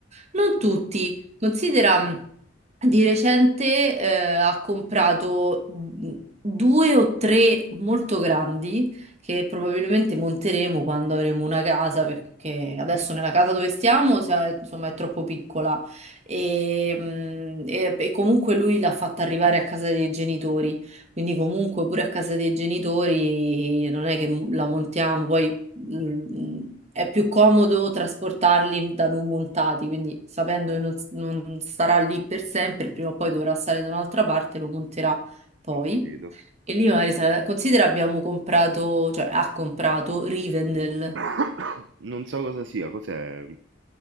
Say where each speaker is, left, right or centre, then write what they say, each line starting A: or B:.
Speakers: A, on the right; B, on the right.
A: Non
B: comprato?
A: tutti, considera mh, di recente eh, ha comprato mh, due o tre molto grandi che probabilmente monteremo quando avremo una casa perché adesso nella casa dove stiamo se- insomma è troppo piccola e, mh, e- e comunque lui l'ha fatta arrivare a casa dei genitori quindi comunque pure a casa dei genitori non è che la montiamo poi mm, è più comodo trasportarli da non montati, quindi sapendo che non, s- non starà lì per sempre, prima o poi dovrà stare da un'altra parte, lo monterà poi.
B: Ho capito.
A: E lì magari sarà- considera abbiamo comprato, cioè ha comprato Rivendell.
B: <coughs> Non so cosa sia, cos'è?